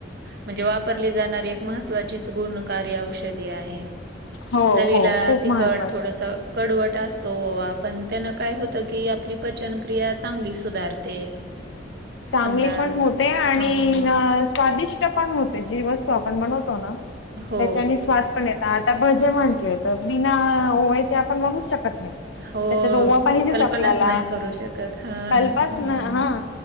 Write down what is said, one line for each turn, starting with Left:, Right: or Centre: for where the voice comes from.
Right: म्हणजे वापरली जाणारी एक महत्त्वाचीच गुणकार्य औषधी आहे.
Left: हो
Right: चवीला
Left: हो खूप
Right: तिखट
Left: महत्त्वाची.
Right: थोडस कडवट असतो ओवा पण त्यान काय होतं की आपली पचनक्रिया चांगली सुधारते.
Left: चांगली
Right: समजा
Left: पण होते आणि
Right: हां.
Left: अ स्वादिष्ट ते पण होते जी वस्तु आपण बनवतो ना,
Right: हो,
Left: त्याच्यानी स्वाद पण येता आता भजे म्हटले तर बिना ओवायचे आपण बणू शकत नाय.
Right: हो.
Left: त्याच्यात ओवा पाहिजेच
Right: कल्पनाच
Left: आपल्याला,
Right: नाही करू शकत. हां
Left: काल
Right: ना.
Left: पासन
Right: हां.
Left: ह